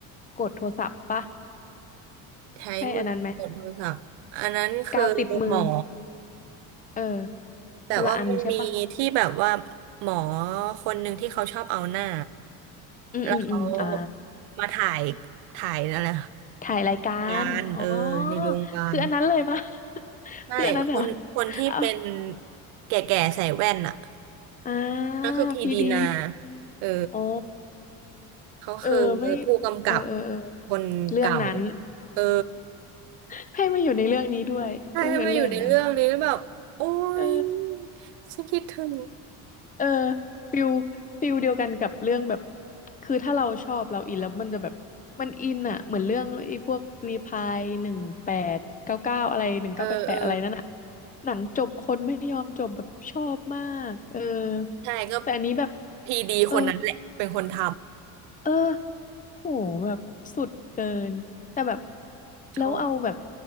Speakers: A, on the left; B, on the right.
A: กดโทรศัพท์ปะ
B: ใช้มือกดโทรศัพท์อันนั้นคือหมอ
A: ใช่อันนั้นไหมกาวติดมือเออ
B: แต่ว่ามันมีที่แบบว่า
A: คนละอันใช่ปะ
B: หมอคนหนึ่งที่เขาชอบเอาหน้า
A: อืมอืมอืมอ่า
B: แล้วเขามาถ่ายถ่ายอะไร
A: ถ่ายรายการอ๋อ
B: การเออในโรงพยาบาล
A: คืออันนั้นเลยปะ <laughs>
B: ใช่คนคนที่เป็น
A: คืออันนั้นเหรอเอา
B: แก่ๆใส่แว่นอ่ะ
A: อ่า
B: นั่นคือพีดีนา
A: พีดี
B: เออ
A: อ๋อ
B: เขาคือผู้กำกับ
A: เออไม่เออเออเออ
B: คนเก่า
A: เรื่องนั้น
B: เออ
A: <laughs> ให้มาอยู่ในเรื่องนี้ด้วยเออเลิศนะ
B: ใช่ให้มาอยู่ในเรื่องนี้แล้วแบบโอ๊ย
A: เออ
B: ฉันคิดถึง
A: เออฟิลฟิลเดียวกันกับเรื่องแบบคือถ้าเราชอบเราอินแล้วมันจะแบบมันอินอ่ะเหมือนเรื่องไอ้พวกรีพายหนึ่งแปดเก้าเก้าอะไรหนึ่งเก้าแปดแปดอะไรนั่นอ่ะ
B: เออเออ
A: หนังจบคนไม่ยอมจบแบบชอบมากเออ
B: ใช่ก็
A: แต่อันนี้แบบ
B: พีดีคนนั้นแหละเป็นคนท
A: เออเออ โหแบบสุดเกินแต่แบบ
B: ำชอบ
A: แล้วเอาแบบ